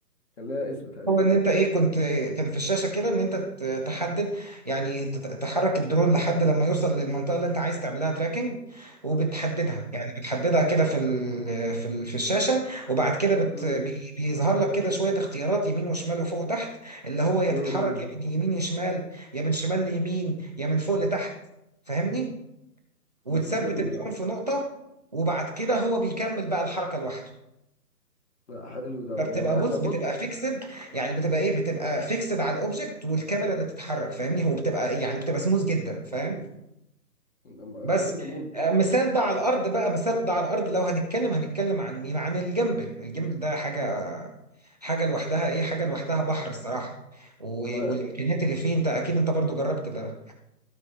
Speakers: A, on the left (about 45°); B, on the right (about 25°).
A: كان لها اسم تقريبا
B: هو ان انت ايه كنت كان في الشاشه كده ان انت ت- تحدد يعني تت- تحرك الدرون لحد لما يوصل للمنطقه اللي انت عايز تعملها تراكنج وبتحددها يعني بتحددها كده في ال في ال في الشاشه وبعد كده بت
A: امم
B: بي- بيظهر لك كده شويه اختيارات يمين وشمال وفوق وتحت اللي هو يا تتحرك
A: امم
B: يا من يمين يشمال يا من شمال ليمين يا من فوق لتحت فاهمني وتثبت
A: بس حلو
B: الدرون
A: ده
B: في نقطة وبعد كده هو بيكمل بقى الحركة لوحده
A: لا حلو ده
B: فبتبقى
A: يعني
B: بص
A: احنا بص
B: بتبقى فيكسد يعني بتبقى ايه بتبقى فيكسد على الاوبجكت والكاميرا اللي بتتحرك فاهمني هو بتبقى يعني بتبقى سموث جدا فاهم
A: مم. لما-
B: بس
A: جامده موت دي.
B: آه، مثال ده على الارض بقى مثال ده على الارض لو هنتكلم هنتكلم عن مين عن الجيمبل الجيمبل ده حاجة حاجة لوحدها ايه حاجة لوحدها بحر الصراحة و-
A: ما
B: والامكانيات اللي فيه انت اكيد انت برضو جربت ده